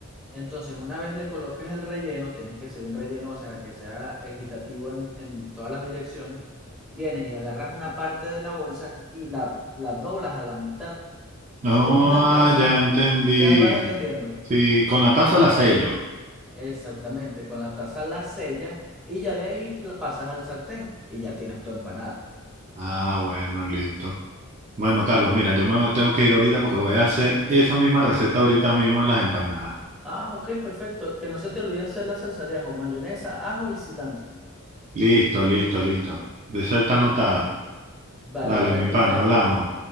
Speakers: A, in the centre; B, on the right.
A: Entonces, una vez le colocas el relleno, tienes que hacer un relleno, o sea, que sea equitativo en, en todas las direcciones. Vienes y agarras una parte de la bolsa y la, la doblas a la mitad.
B: Oh,
A: Con una taza,
B: ya entendí.
A: ya vas entendiendo.
B: Sí, con la taza la sello.
A: Exactamente, con la taza la sellas y ya de ahí la pasas al sartén y ya tienes tu empanada.
B: Ah, bueno, listo. Bueno, Carlos, mira, yo me voy- tengo que ir ahorita porque voy a hacer esa misma receta ahorita mismo en las empanadas.
A: Ah, ok, perfecto. Que no se te olvide hacer la salsa de ajo, mayonesa, ajo y cilantro.
B: Listo, listo, listo. De esa está anotada.
A: Vale,
B: Dale,
A: pues
B: mi
A: perfecto.
B: pana, hablamos.